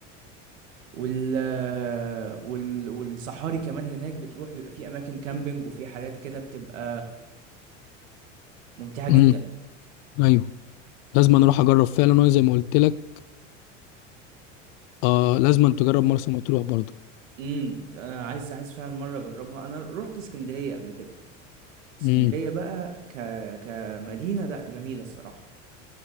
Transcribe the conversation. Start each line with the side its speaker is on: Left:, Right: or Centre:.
Right: وال وال والصحاري كمان هناك بتروح بيبقى في اماكن كامبينج وفي حاجات كده بتبقى ممتعة جدا
Left: امم ايوه لازم انا اروح اجرب فعلا وانا زي ما قلت لك آه لازم أن تجرب مرسى مطروح برضه
Right: امم انا عايز عايز فعلا مرة اجربها انا رحت اسكندرية قبل كده اسكندرية
Left: امم
Right: بقى ك كمدينة لا جميلة الصراحة